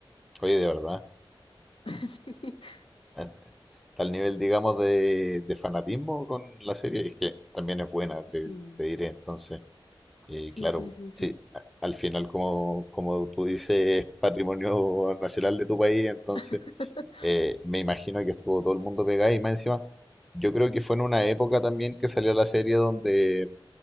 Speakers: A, in the centre; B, on the left.
A: oye, de verdad,
B: <laughs>
A: a tal nivel, digamos, de, de fanatismo con la serie, es que también es buena, te,
B: Sí,
A: te diré entonces. Y
B: sí,
A: claro,
B: sí, sí, sí, sí.
A: sí, a- al final, como, como tú dices, es patrimonio nacional de tu país, entonces
B: <laughs>
A: eh, me imagino que estuvo todo el mundo pegado y más encima, yo creo que fue en una época también que salió la serie donde,